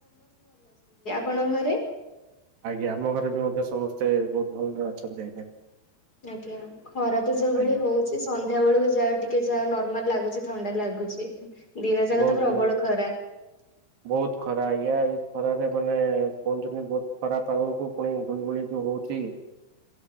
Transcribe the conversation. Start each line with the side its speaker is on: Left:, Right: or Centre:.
Left: ପଣ ଘରେ
Right: ଆଜ୍ଞା ଆମ ଘରେ ବି ମଧ୍ୟ ସମସ୍ତେ ବହୁତ ଭଲରେ ଅଛନ୍ତି ଆଜ୍ଞା ।
Left: ଆଜ୍ଞା ଖରା ତ ଯୋଉ ଭଳି
Right: ଆଜ୍ଞା
Left: ହଉଛି ସନ୍ଧ୍ୟା ବେଳକୁ ଯାଉ ଟିକେ ଯା ନର୍ମାଲ ଲାଗୁଛି ଥଣ୍ଡା ଲାଗୁଛି ଦିନ ଯାକ
Right: ବହୁତ
Left: ତ ପ୍ରବଳ
Right: ବହୁତ
Left: ଖରା
Right: ବହୁତ ଖରାା ଖରାରେ ମାନେ କହୁଛନ୍ତି ବହୁତ ଖରା ପାଗକୁ ପୁଣି ଗୁଳିଗୁଳି ଯୋଉ ହଉଛି